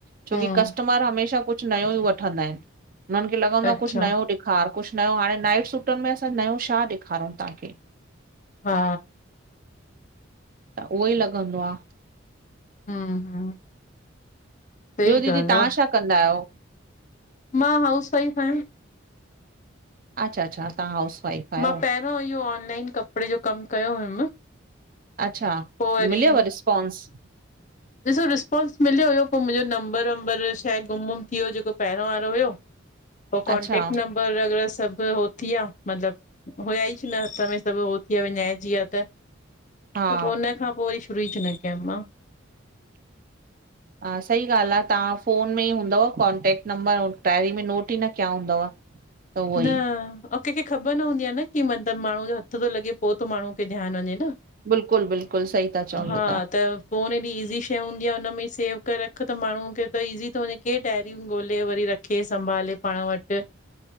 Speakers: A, on the right (about 45°); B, on the left (about 35°).
A: छोकी
B: हम्म
A: कस्टमर हमेशा कुझ नयो ई वठंदा आहिन। हुनन खे लगंदो
B: अच्छा
A: आ कुझ नयो खार कुझ नयो हाणे नाइट सूटन में असां नओं छा ॾेखारयूं तहांखे?
B: हा
A: त उहो ई लॻंदो आ।
B: हम्म- हम्म सही
A: ॿयो दीदी
B: ॻाल्हि
A: तहां
B: आहे
A: छा कंदा आयो?
B: मां हाउस वाइफ आयां।
A: अच्छा -अच्छ तहां हाउस वाइफ आहियो,
B: मां पहिरों इहो ऑनलाइन कपड़े जो कम कयो हुयम।
A: अच्छा
B: पो वरी
A: मिलियव रिस्पॉन्स?
B: ॾिसो रिस्पोंस मिल्यो हुयो पो मुंजो नंबर- वंबर शा आहे गुम -वुम थी वियो जेको पहरो वारो हुयो। पो कॉन्टेक
A: अच्छा
B: नंब पर अगर सभु हो थीया, मतलबु हुया ई छ न हथ में सभु हो थीआ विञाई जी आ त <unintelligible>
A: हा
B: त पो उन खां पो वरी शुरू ई थी न कयमु, मां
A: हा सही ॻाल आ, तहां फ़ोन में ई हूंदव। कॉन्टेक्ट नंबर डायरी में नोट ई न किया हूंदव। <inaudible>
B: न
A: ई
B: केंखे ख़बर न हूंदी आ न की मतलब माण्हू जो हथ तो लॻे, पो तो माण्हूअ खे ध्यानु वञे न।
A: बिल्कुलु बिल्कुलु सही था चओ इहो
B: हा त फोनु एॾी ईॼी शइ हूंदी आ उन्ह मेंई सेव करे रखु, त माण्हूअ खे त इज़ी थियो वंञें। केरु डायरियूं ॻोल्हे वरी रख केरु संभाले पांण वटि